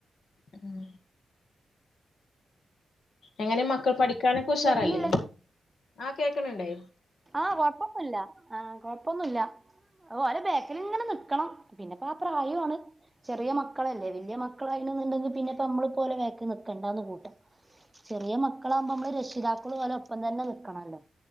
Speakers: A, on the left; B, on the right.
A: ഉം എങ്ങനെ മക്കൾ പഠിക്കാനൊക്കെ ഉഷാറല്ലേ
B: കേക്കുന്നില്ലേ
A: ആ കേക്കനുണ്ടേ
B: ആഹ കൊഴപ്പൊന്നുമില്ല ആഹ കൊഴപ്പൊന്നുമില്ല ഓ ഒ ബേക്കിൽ ഇങ്ങനെ നൽക്കണം പിന്നെ- അപ്പൊ ആ പ്രായമാണ് ചെറിയ മക്കളല്ലേ വലിയ മക്കളായിന്നുണ്ടെങ്കിൽ പിന്നെപ്പ നമ്മള്- പോലെ വഴക്കിനു നിക്കണ്ടാന്ന് കൂട്ടാ ചെറിയ മക്കളാകുമ്പോ നമ്മള് രക്ഷിതാക്കള് പോലെ ഒപ്പം തന്നെ വെക്കണല്ലോ